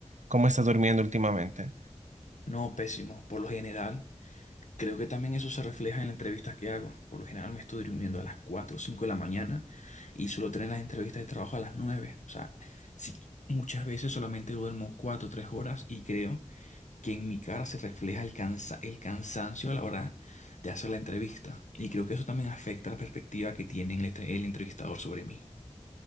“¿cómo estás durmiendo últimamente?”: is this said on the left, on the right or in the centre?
Right